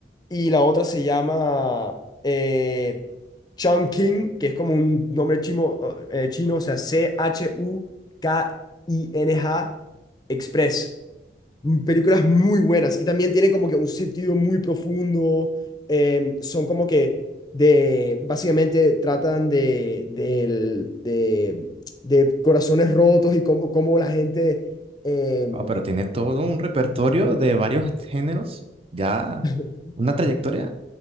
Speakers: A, on the left (about 25°); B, on the right (about 30°).
A: Y la otra se llama eh, Chungking, que es como un nombre chimo- eh, chino, o sea, c h u k i n G Express mm, películas muy buenas y también tienen como que un sentido muy profundo. em, son como que de, básicamente tratan de, del- de, de corazones rotos y cómo, cómo la gente... em,
B: Ah, pero tiene todo un repertorio de varios géneros. Ya
A: <laughs>
B: una trayectoria